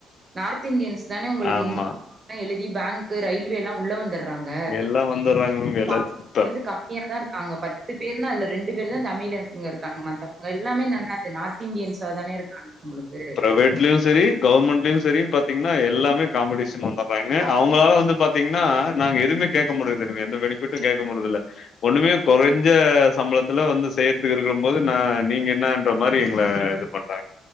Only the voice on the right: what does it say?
நார்த் இன்டியன்ஸ் தானே உங்களுக்கு
இந்தில எழுதி பேங்க்கு ரயில்வேலா உள்ள வந்துடுறாங்க
தமிழ் வந்து கம்மியா தா இருக்காங்க பத்து பேர்னா அல்ல ரெண் டு பேரு தா தமிழன்ங்க இருக்காங்க மத்தவங்க எல்லாமே என்னது நார்த் இன்டியன்ஸா தானே இருக்காங்க உங்களுக்கு.
அ